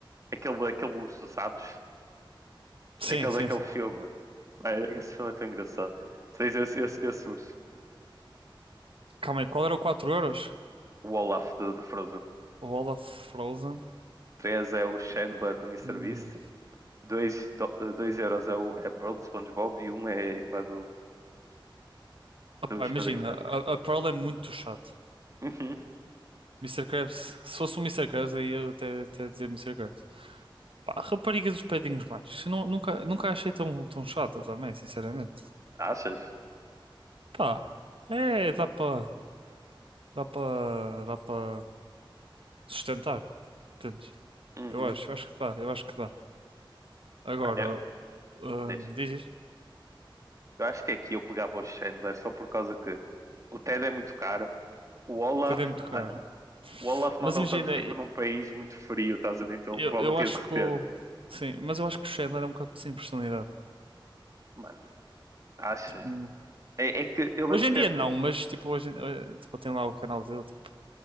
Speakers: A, on the right; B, on the right.
A: aquele, aquele urso, sabes?
B: Sim,
A: Aquele
B: sim,
A: daquele
B: sim.
A: filme. Ah, Esse filme é tão engraçado. Tens esse, esse, esse urso,
B: Calma aí, qual era o 4 euros?
A: o Olaf de, de Frozen.
B: O Olaf Frozen.
A: 3 é o Chandler do MrBeast.
B: Hum.
A: 2 dois euros é o é Pearl de SpongeBob e um é a irmã do, dos
B: Opá, imagina,
A: Padrinhos Mágicos.
B: a, a Pearl é muito chato.
A: Uhum.
B: Mister Krabs, se fosse o Mr. Krabs, aí eu até, até dizer Mister Krabs. Pá, a rapariga dos Pedinhos Mágicos, eu nu- nunca, nunca a achei tão, tão chata também, sinceramente.
A: Achas?
B: Pá, é, dá para dá para dá para sustentar, entendes?
A: Uhum.
B: Eu acho, eu acho que dá, eu acho que dá. Agora,
A: Mano, eu,
B: hum,
A: deixa.
B: diz
A: Eu acho que aqui eu pegava o Chandler só por causa que o Ted é muito caro. O Olaf,
B: O Ted é muito
A: mano,
B: caro.
A: o Olaf nós
B: Mas
A: não
B: imagina,
A: estamos tipo num país muito frio, estás a ver? Então
B: eu,
A: ele provavelmente
B: eu acho
A: ia derreter.
B: que o. Sim, mas eu acho que o Chandler é um bocado sem personalidade.
A: Mano, achas?
B: Tipo, não-
A: É, é que eu lembro
B: hoje em
A: que
B: dia
A: Ele
B: não, mas tipo, hoje, em- eh, tipo, ele tem lá o canal dele, tipo,